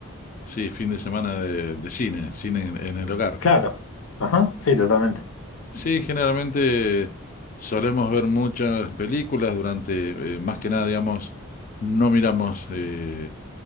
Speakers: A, on the left; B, on the left.
A: sí, fin de semana de, de cine, cine en, en el hogar.
B: Claro. Ajá, sí, totalmente.
A: Sí, generalmente solemos ver muchas películas durante, eh, más que nada, digamos, no miramos eh,